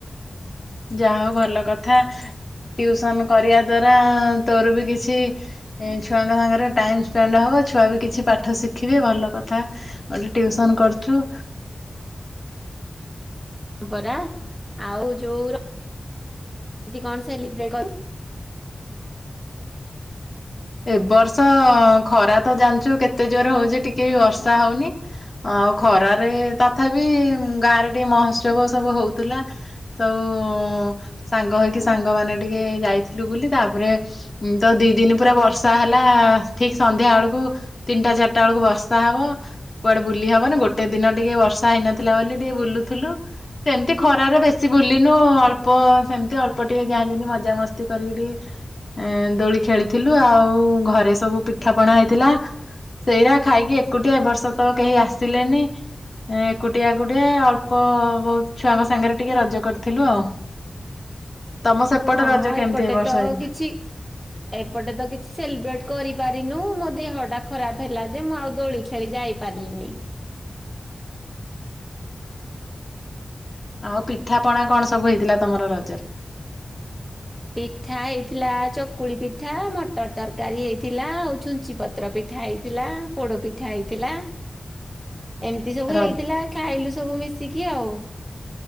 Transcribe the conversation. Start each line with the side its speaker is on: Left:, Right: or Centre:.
Left: ଯାହା ହଉ ଭଲ କଥା ଟ୍ୟୁଉସନ୍ କରିବା ଦ୍ଵାରା ତୋର ବି କିଛି ଏ ଛୁଆଙ୍କ ସାଙ୍ଗରେ ଟାଇମ୍ ସ୍ପେଣ୍ଡ ହେବ ଛୁଆ ବି କିଛି ପାଠ ଶିଖିବେ ଭଲ କଥା। ଟିଉସନ୍ କରୁଛୁ।
Centre: ମ୍ପରା ଆଉ ଯୋଉ କଣିବଟ <inaudible>
Left: ଏ ବର୍ଷ ଖରା ତ ଜାଣିଛୁ କେତେ ଜୋର ହଉଚି ଟିକେ ବି ବର୍ଷା ହଉନି। ଆଉ ଖରାରେ ତଥାପି ଗାଁରେ ଟିକେ ମହୋତ୍ସବ ସବୁ ହଉଥିଲା। ସବୁ ସାଙ୍ଗ ହେଇକି ସାଙ୍ଗମାନେ ଟିକେ ଯାଇଥିଲୁ ବୁଲି ତାପରେ ହୁଁ ତ ଦି ଦିନ ପୁରା ବର୍ଷା ହେଲା ଠିକ୍ ସନ୍ଧ୍ୟା ବେଳକୁ ତିନିଟା ଚାରିଟା ବେଳକୁ ବର୍ଷା ହବ। କୁଆଡ଼େ ବୁଲି ହବନି ଗୋଟେ ଦିନ ଟିକେ ବର୍ଷା ହେଇନଥିଲା ବୋଲି ଟିକେ ବୁଲୁଥିଲୁ। ସେମିତି ଖରାରେ ବେଶୀ ବୁଲିନୁ ଅଳ୍ପ ସେମତି ଅଳ୍ପ ଟିକେ ଯାହା ଯେମିତି ମଜାମସ୍ତି କରିକି ଟିକେ ଦୋଳି ଖେଳିଥିଲୁ ଆଉ ଘରେ ସବୁ ପିଠା ପଣା ହେଇଥିଲା। ସେଇଟା ଖାଇକି ଏକୁଟିଆ ଏ ବର୍ଷ ତ କେହି ଆସିଲେନି। ମୁଁ ଏକୁଟିଆ ଏକୁଟିଏ ଅଳ୍ପ ବହୁତ୍ ଛୁଆଙ୍କ ସାଙ୍ଗରେ ଟିକେ ରଜ କରିଥିଲୁ ଆଉ। ତମ ସେପଟେ
Centre: ହଁ
Left: ରଜ
Centre: ଏପଟେ
Left: କେମିତି ଏ ବର୍ଷ
Centre: ତ
Left: ହେଇଥିଲା?
Centre: କିଛି ଏପଟେ ତ କିଛି ସେଲିବ୍ରେଟ୍ କରିପାରିନୁ ମୋ ଦେହଟା ଖରାପ ହେଲା ଯେ ମୁଁ ଆଉ ଦୋଳି ଖେଳି ଯାଇି ପାରିଲିନି।
Left: ଆଉ ପିଠାପଣା କଣ ସବୁ ହେଇଥିଲା ତମର ରଜରେ?
Centre: ପିଠା ହେଇଥିଲା ଚକୁଳି ପିଠା ମଟର ତରକାରୀ ହେଇଥିଲା ଆଉ ଛୁଞ୍ଚି ପ ପତ୍ର ପିଠା ହେଇଥିଲା ପୋଡ଼ ପିଠା ହେଇଥିଲା। ଏମିତି ସବୁ
Left: ର
Centre: ହେଇଥିଲା ଖାଇଲୁ ସବୁ ମିଶିକି ଆଉ।